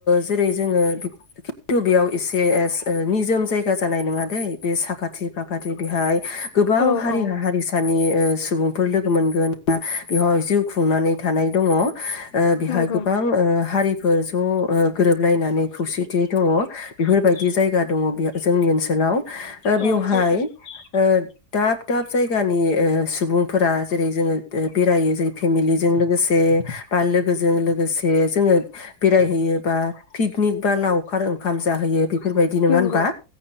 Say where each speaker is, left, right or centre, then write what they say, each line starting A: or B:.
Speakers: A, on the left; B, on the left.
A: जेरै जोङो खिन्थु बेयाव एसे निजोम जायगा जानाय नङा दै बे साखाथि फाखाथि बेहाय गोबां
B: औ
A: हारि
B: औ
A: हारिसानि ओ सुबुंफोर लोगो मोनगोना बेहाय जिउ खुंनानै थानाय दङ। बेहाय
B: नंगौ
A: गोबां ओ हारि फोर ज गोरोबलायनानै। खौसेथियै दङ बेफोरबायदि जायगा दङ बे जोंनि ओनसोलाव। बेयाव
B: औ
A: हाय
B: सैथो
A: ओ दाब दाब जायगानि ओ सुबुंफोरा जेरै जोङो बेरायो जेरै फेमिलिजों लोगोसे बा लोगोजों लोगोसे जोङो बेरायहैयो बा पिकनिक बा लावखार ओंखाम जाहैयो। बेफोरबायदि नङा
B: नंगौ
A: होनबा